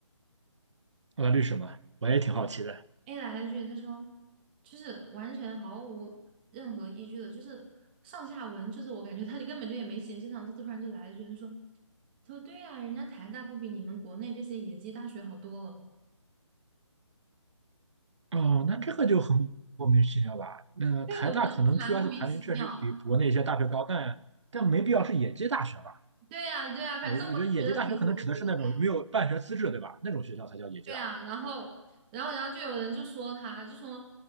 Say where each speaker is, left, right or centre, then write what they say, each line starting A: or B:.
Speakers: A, on the right (about 65°); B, on the right (about 20°).
A: 我律师嘛，我也挺好奇的。
B: A 来了句，他说就是完全毫无任何依据的，就是上下文，就是我感觉他就根本就也没衔接上，他突然就来了一句，他说他说对呀、人家台大不比你们国内这些野鸡大学好多了。
A: 哦，那这个就很莫名其妙吧？那台大可能
B: 对，我觉得 <laughs> 是蛮莫名其妙。
A: QS 排名确实比国内一些大学高，但但没必要是野鸡大学吧？
B: 对呀、对呀、反正我就觉得挺无语的。
A: 我我觉得野鸡大学可能指的是那种没有办学资质，对吧？那种学校才叫野鸡大学。
B: 对啊，然后，然后，然后就有人就说他，就说，